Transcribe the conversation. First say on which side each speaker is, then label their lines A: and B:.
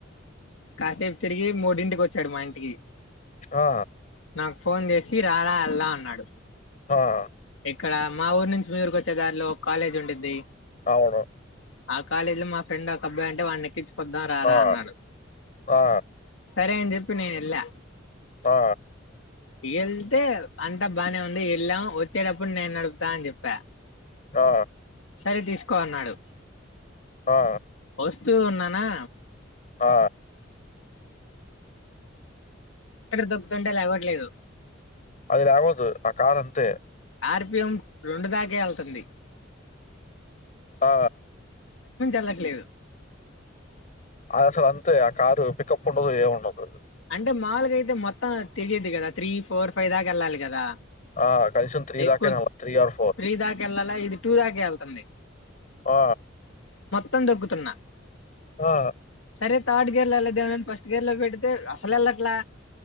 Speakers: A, on the left (about 80°); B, on the left (about 40°).
A: కాసేపు తిరిగి మూడింటికి వచ్చాడు మా ఇంటికి
B: ఆ
A: నాక్ ఫోన్ చేసి రారా ఎల్దాం అన్నాడు
B: అహా
A: ఇక్కడ మా ఊరు నుంచి మీ ఊరి వచ్చే దారిలో ఒక కాలేజ్ ఉండిద్ది
B: అవును
A: ఆ కాలేజ్ లో మా ఫ్రెండ్ ఒక అబ్బాయి అంటే వాన్ని ఎక్కిచ్ పొద్దా రారా
B: ఆ!
A: అన్నాడు
B: ఆ!
A: సరే అని చెప్పి నేను ఎళ్లా
B: పా
A: ఎళ్తే అంతా బానే ఉంది ఎళ్ళాం వచ్చేటప్పుడు నేను నడుపుతా అని చెప్ప
B: ఆ
A: సరే తీసుకో అన్నాడు
B: ఆ!
A: వస్తూ ఉన్నానా
B: ఆ
A: ఇక్కడ దొబ్బుతంటే లేవట్లేదు
B: అది లేవదు ఆ కార్ అంతే
A: ఆర్‌పీఎం రెండు దాకే ఎళ్తుంది
B: ఆ
A: ఎల్లట్లేదు
B: అది అసల్ అంతే ఆ కారు పికప్ ఉండదు ఏముండదు
A: అంటే మాలగా అయితే మొత్తం తెగిది కదా త్రీ ఫోర్ ఫైవ్ దాకా వెళ్ళాలి కదా
B: ఆ! కనీసం
A: ఎక్కు
B: దాకైనా అవ్వదు. ఆర్
A: త్రీ దాకా వెళ్ళాలా ఇది టూ దాక వెళ్తుంది
B: ఆ
A: తోదగ్గుతున్న
B: ఆ!
A: సరే థర్డ్ గేర్ లో వెళ్లొద్దు వెళ్లొద్దు ఫస్ట్ గేర్ లో పెట్ అసల్ ఎళ్ళట్లే